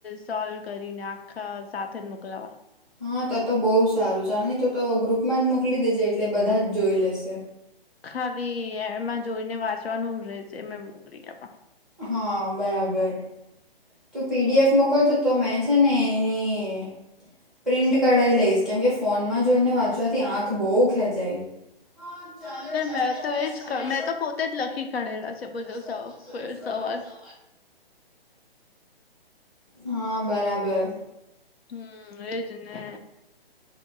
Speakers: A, on the left; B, in the centre.
A: સોલ્વ કરીને આખા સાથે જ મોકલાવા
B: હા તો તો બહુ સારું ચાલ નહી તો તો ગ્રુપમાં જ મોકલી દેજે એટલે બધા જ જોઈ લેશે.
A: ખાલી એમાં જોઈને વાંચવાનું રેહશે મે મોકલી આપા.
B: હ બરાબર તું પીડીએફ મોકલજો તો મેં છે ને એની પ્રિન્ટ કઢાવી લઈશ. કેમ કે ફોનમાં જોઈને વાંચવાથી આંખ બહુ ખેંચાઈ. હા ચાલે
A: મેં તો એજ
B: ચાલે
A: મેં તો પોતે જ લખી કાઢેલા છે બધો
B: સર
A: સવાલ
B: <unintelligible> હા બરાબર.
A: હમ્મ એજ ને.